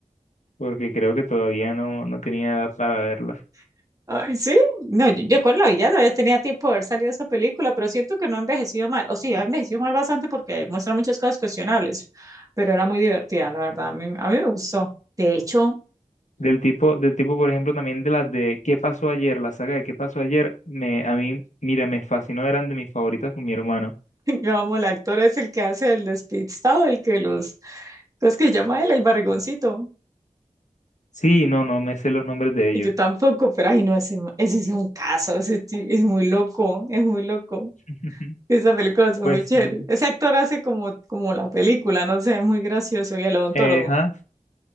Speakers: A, on the left; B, on the right.
A: porque creo que todavía no, no tenía edad para verla.
B: <laughs> ay, sí, no, yo, yo cuando la vi ya todavía tenía tiempo de haber salido esa película, pero siento que no ha envejecido mal, o sí, ha envejecido mal bastante porque muestra muchas cosas cuestionables, pero era muy divertida, la verdad, a mí, a mí me gustó. De hecho,
A: Del tipo, del tipo, por ejemplo, también de las de ¿Qué pasó ayer? La saga de ¿Qué pasó ayer? Me, a mí, mira, me fascinó, eran de mis favoritas con mi hermano.
B: <laughs> Vamos, el actor es el que hace el despistado, el que los, ¿cómo es que llama él? El barrigoncito.
A: Sí, no, no me sé los nombres de
B: Y
A: ellos.
B: yo tampoco, pero ay, no, ese, ma- ese es un caso, ese ti- es muy loco, es muy loco.
A: <laughs>
B: Esas películas son
A: Pues,
B: muy chéveres.
A: mm,
B: Ese actor hace como, como la película, no sé, es muy gracioso. Y el odontólogo.
A: eh, ajá,